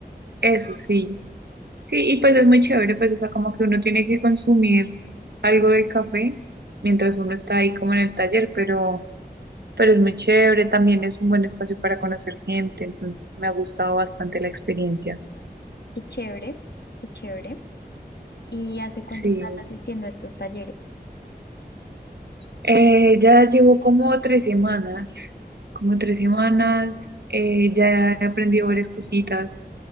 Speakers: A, on the right (about 75°); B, on the left (about 75°).
A: eso sí. Sí, y pues es muy chévere, pues o sea, como que uno tiene que consumir algo del café mientras uno está ahí como en el taller, pero... pero es muy chévere, también es un buen espacio para conocer gente, entonces me ha gustado bastante la experiencia.
B: Qué chévere, qué chévere. ¿Y hace cuánto
A: Sí,
B: estás asistiendo a estos talleres?
A: Eh, ya llevo como tres semanas, como tres semanas, eh, ya he aprendido varias cositas.